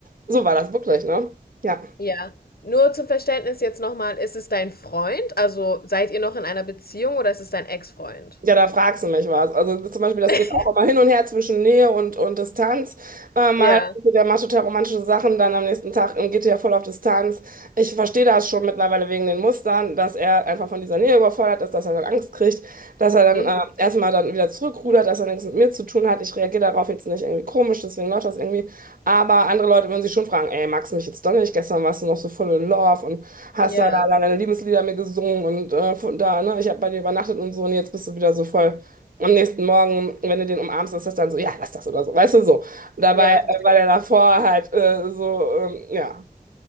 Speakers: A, on the right (about 60°); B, on the left (about 75°).
A: So war das wirklich, ne? Ja.
B: ja. Nur zum Verständnis jetzt nochmal, ist es dein Freund? Also seid ihr noch in einer Beziehung oder ist es dein Ex-Freund?
A: Ja, da fragst du mich was. Also zum Beispiel, das
B: <laughs>
A: geht auch immer hin und her zwischen Nähe und, und Distanz. Äh, mal,
B: Ja,
A: der macht total romantische Sachen, dann am nächsten Tag ähm, geht er voll auf Distanz. Ich verstehe das schon mittlerweile wegen den Mustern, dass er einfach von dieser Nähe überfordert ist, dass er dann Angst kriegt, dass er
B: mhm.
A: dann äh, erstmal dann wieder zurückrudert, dass er nichts mit mir zu tun hat. Ich reagiere darauf jetzt nicht irgendwie komisch, deswegen läuft das irgendwie. Aber andere Leute würden sich schon fragen, ey, magst du mich jetzt doch nicht? Gestern warst du noch so voll in Love und hast
B: Ja,
A: da, da, deine Liebeslieder mir gesungen und äh, von da, ne, ich habe bei dir übernachtet und so und jetzt bist du wieder so voll. Am nächsten Morgen, wenn du den umarmst, ist das dann so, ja, lass das oder so, weißt du, so. Dabei
B: ja, verstehe.
A: äh, war der davor halt äh, so, ähm, ja.